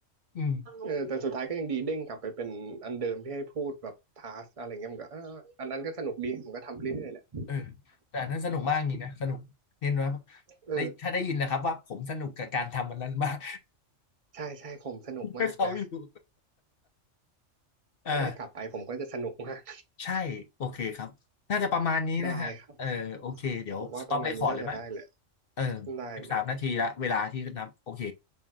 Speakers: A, on the left; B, on the right.
A: อืม
B: เออแต่สุดท้ายก็ยังดีเด้งกลับไปเป็นอันเดิมที่ให้พูดแบบทาสอะไรเงี้ยมันก็เอออันนั้นก็สนุกดีผมก็ทำเรื่อยๆแหละ
A: เออแต่อันนั้นสนุกมากจริงนะสนุกเน้นว่า
B: เออ
A: ได้ถ้าได้ยินนะครับว่าผมสนุกกับการทำวันนั้น <laughs> มาก
B: ใช่ใช่ผมสนุกมากนะ
A: <laughs> ถ้าเขาอยู่ <laughs> อ่า
B: ถ้าได้กลับไปผมก็จะสนุกมาก
A: ใช่โอเคครับน่าจะประมาณนี้นะฮะเออโอเคเดี๋ยวสต็อปเรคคอร์ดเลยไหม
B: ได้ครับผมว่าประมาณนี้น่าจะได้เลย
A: เออ
B: ได้เดี๋ยว
A: สิบสามนาทีละเวลาที่นับโอเค